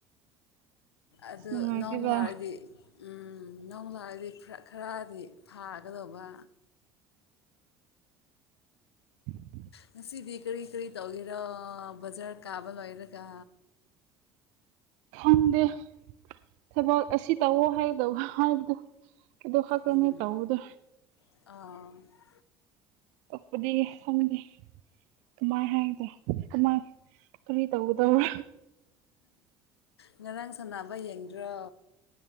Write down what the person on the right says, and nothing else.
ꯅꯨꯡꯉꯥꯏꯇꯦꯗ
<inaudible>
ꯈꯪꯗꯦ ꯊꯕꯛ ꯑꯁꯤ ꯇꯧꯋꯣ ꯍꯥꯏꯒꯗꯧ ꯍꯥꯏꯕꯗꯣ ꯑꯗꯨ ꯈꯛꯇꯅꯦ
ꯇꯧꯕꯗꯣ
ꯇꯣꯛꯄꯗꯤ ꯈꯪꯗꯦ ꯀꯃꯥꯏ ꯍꯥꯏꯗꯦ ꯀꯃꯥꯏ ꯀꯔꯤ ꯇꯧꯒꯗꯧꯔꯣ